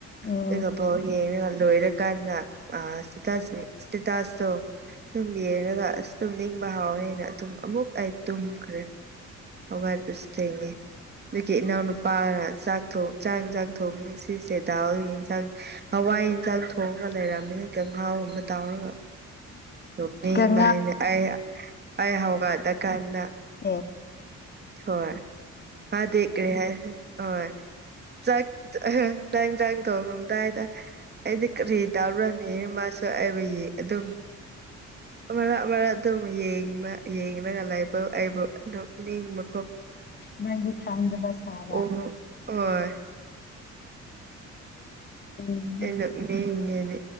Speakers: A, on the left; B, on the right.
A: ꯎꯝ
B: ꯑꯗꯨꯒ ꯕꯣꯜ ꯌꯦꯉ ꯂꯣꯏꯔꯀꯥꯟꯗ ꯑ ꯢꯁꯇꯦꯇꯁ ꯢꯁꯇꯦꯇꯁꯇꯨ ꯑꯗꯨꯝ ꯌꯦꯡꯉꯒ ꯑꯁ ꯇꯨꯝꯅꯤꯡꯕ ꯍꯥꯎꯋꯦꯅꯦ ꯑꯗꯨꯝ ꯑꯃꯨꯛ ꯑꯩ ꯇꯨꯝꯈ꯭ꯔꯦ ꯍꯧꯒꯛꯄꯁꯨ ꯊꯦꯡꯉꯦ ꯑꯗꯨꯒꯤ ꯏꯅꯥꯎꯅꯨꯄꯥꯅ ꯆꯥꯛ ꯊꯣꯡ ꯆꯥꯛ ꯌꯦꯟꯁꯥꯡ ꯊꯣꯡ ꯁꯤꯁꯦ ꯗꯥꯎꯒꯤ ꯌꯦꯟꯁꯥꯡ ꯍꯋꯥꯏ ꯌꯦꯟꯁꯥꯡ ꯊꯣꯡꯉꯒ ꯂꯩꯔꯝꯃꯦ ꯀꯥꯡꯍꯧ ꯑꯃ ꯇꯧꯔꯒ ꯅꯣꯛꯅꯤꯡꯕ
A: ꯀꯪꯉꯥ
B: ꯑꯩꯅ ꯑꯩ ꯑꯩ ꯍꯧꯒꯠꯂ ꯀꯥꯟꯗ
A: ꯑꯣ
B: ꯍꯣꯏ ꯃꯥꯗꯤ ꯀ꯭ꯔꯤ ꯍꯥꯏ ꯍꯣꯏ ꯆꯥꯛ ꯆꯥꯛ ꯌꯦꯟꯁꯥꯡ ꯊꯣꯡꯉꯝꯗꯥꯏꯗ ꯑꯩꯗꯤ ꯀꯔꯤ ꯇꯧꯔꯅꯤ ꯃꯥꯁꯨ ꯑꯩꯕꯨ ꯌꯦꯡ ꯑꯗꯨꯝ ꯑꯃꯔꯛ ꯑꯃꯔꯛ ꯑꯗꯨꯝ ꯌꯦꯡꯕ ꯌꯦꯡꯂꯒ ꯂꯩꯕ ꯑꯩꯕꯨ ꯅꯣꯛꯅꯤꯡꯕ
A: ꯅꯪꯗꯤ ꯈꯪꯗꯕ ꯁꯥꯕ
B: ꯑꯣ ꯍꯣꯏ
A: ꯎꯝ
B: ꯑꯩ ꯅꯣꯛꯅꯤꯡꯉꯤꯅꯦ